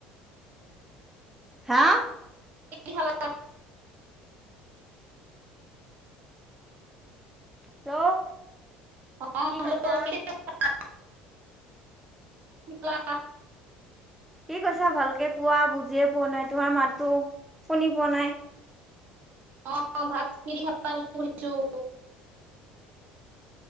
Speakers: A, in the centre; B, on the right.
A: হা?
B: কি খালা?
A: হেল্ল?
B: অ
A: কি
B: হেল্ল,
A: কৈছা
B: কি খালা? খ লা <unintelligible>
A: কি কৈছা ভালকে কোৱা বুজিয়ে পোৱা নাই, তোমাৰ মাততো শুনি পোৱা নাই?
B: অ', ভাত কি খালা কৈছোঁ?